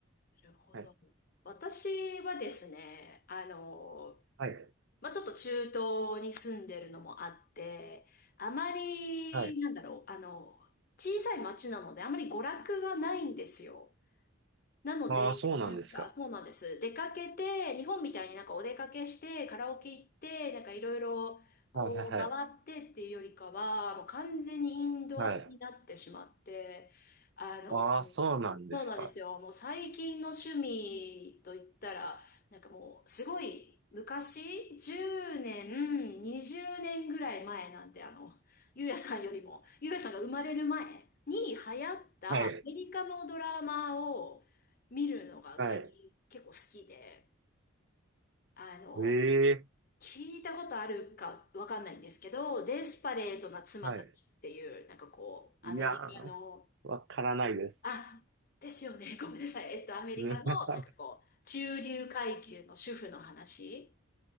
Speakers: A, on the left; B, on the right.
A: なるほど。
B: はい、
A: 私はですね、あの、
B: はい、
A: まあ、ちょっと中東に住んでるのもあって、あまり、
B: はい。
A: なんだろう、あの、小さい町なのであまり娯楽がないんですよ。なので、
B: ああ、そうなんですか。
A: なんか、そうなんです。出かけて、日本みたいになんかお出かけして、カラオケ行って、なんかいろいろこう回ってっていうよりかは、
B: はい、はい、はい。
A: もう完全にインドアになってしまって、
B: はい
A: あの、
B: ああ、
A: そうなんですよ。
B: そうなんですか。
A: もう最近の趣味といったら、なんかもうすごい昔、10年、20年ぐらい前なんで、あの、ゆうやさんよりも、ゆうやさんが生まれる前に流行ったアメリカのドラマを、
B: はい、
A: 見るのが最近結構好きで、
B: はい。
A: あの、
B: ええ、
A: 聞いたことあるかわかんないんですけど、デスパレートな妻たちっていう、
B: はい。
A: なんかこう、
B: いやー、
A: アメリカの、
B: わからないです。
A: あ、ですよね、<laughs> ごめんなさい。えっと、アメリカの、
B: <laughs>
A: なんかこう、中流階級の主婦の話